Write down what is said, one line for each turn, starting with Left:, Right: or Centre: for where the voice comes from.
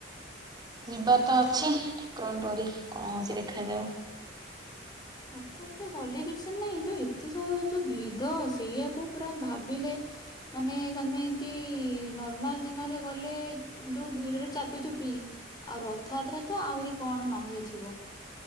Right: ଯିବାର ତ ଅଛି, ଠାକୁରଙ୍କ ଡୋରି କଣ ହଉଛି ଦେଖାଯାଉ?
Left: ରଥଯାତ୍ରା ଗଲେ କିଛିନାଇ ଯୋଉ ଏ ତେ ସବୁ ଯୋଉ ଭିଡ ସେଇଆକୁ ପୁରା ଭାବିଲେ। ମାନେ ତମେ ଏମତି ନର୍ମାଲ ଦିନରେ ଗଲେ ଯୋଉ ଭିଡରେ ଚାପି ଚୁପି। ଆଉ ରଥଯାତ୍ରା ତ ଆହୁରି କଣ ନ ହେଇଥିବ?